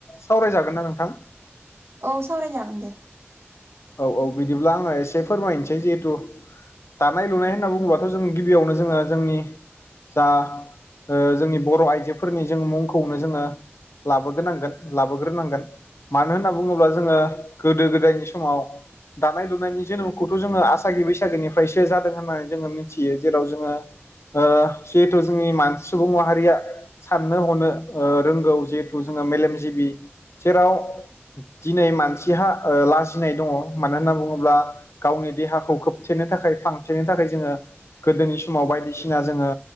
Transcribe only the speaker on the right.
औ सावराय जागोन दे।